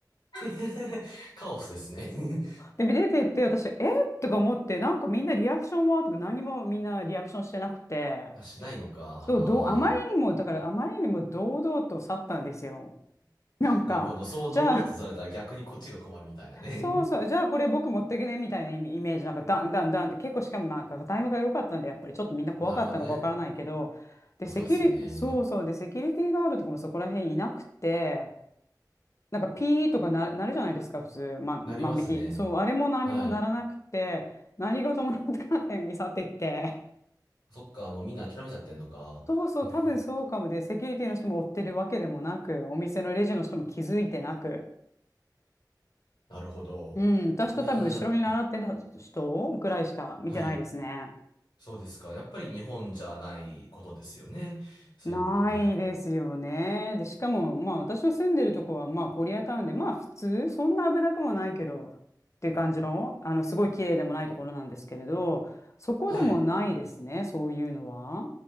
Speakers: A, on the left (about 80°); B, on the left (about 40°).
A: <laughs> カオスですね <laughs>
B: で、出てって私、えとか思って、なんかみんなリアクションはとか何もみんなリアクションしてなくて、
A: あしないのか。
B: そう、
A: ああ、
B: どう、あまりにも、だからあまりにも堂々と去ったんですよ。なんか、
A: なるほど。そう堂々とされたら逆にこっちが困るみたいなね。
B: じゃあ、そうそう、じゃあこれ僕持ってけねみたいなイメイメージ、なんかダンダンダンって結構しかもまあタイムが良かったんで、やっぱりちょっとみんな怖かったのかわからないけど、
A: <laughs> なるほどね。
B: で、
A: まあ、
B: セキュリ、
A: そうですよね。
B: そうそう、で、セキュリティガードとかもそこら辺いなくて、なんかピーとかな、なるじゃないですか、普通、ま、万引き。
A: なりますね。
B: そう、あれも何もならなくて、
A: はい。
B: 何事もなかったように去っていって。
A: そっか、もうみんな諦めちゃってんのか。
B: そうそう、
A: <laughs>
B: 多分そうかもで、セキュリティの人も追ってるわけでもなく、お店のレジの人も気づいてなく。
A: なるほど。
B: うん、私と多分後ろに習ってる人ぐらいしか見てないですね。
A: いやー、やっ、はい。そうですか。やっぱり日本じゃないことですよね。そういうのってね。
B: ないですよね。で、しかも、まあ私の住んでるとこは、まあコリアタウンで、まあ普通、そんな危なくもないけど、っていう感じの、あの、すごい綺麗でもないところなんですけれど、そこでもないですね、
A: はい。
B: そういうのは。